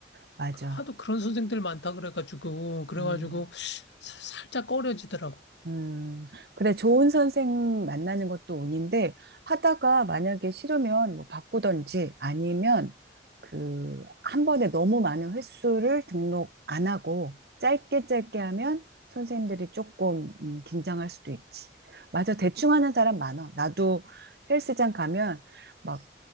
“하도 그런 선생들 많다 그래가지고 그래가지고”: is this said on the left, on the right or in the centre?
Left